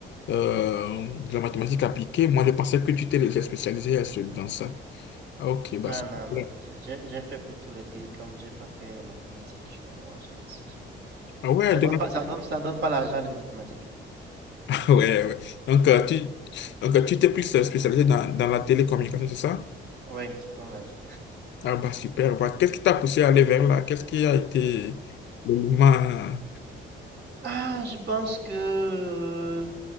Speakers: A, on the left; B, on the right.
A: euh, de la mathématique appliquée. Moi, je pensais que tu t'es déjà spécialisé à ce- dans ça. Ah, ok, bah
B: non,
A: c'est
B: non,
A: super.
B: non. J'ai j'ai- j'ai fait plutôt les télécoms. J'ai pas fait les mathématiques, finalement. J'ai laissé.
A: Ah ouais,
B: Ça
A: de
B: donne
A: la-
B: pas, ça donne, ça donne pas l'argent, les mathématiques, hein, en fait.
A: <laughs> ah ouais, ouais. Donc, euh, tu, donc, euh, tu t'es plus euh, spécialisé dans, dans la télécommunication, c'est ça?
B: Oui, ça donne l'argent.
A: Ah bah super. Bah, qu'est-ce qui t'a poussé à aller vers là? Qu'est-ce qui a été l'élément
B: Ah, je pense que euh,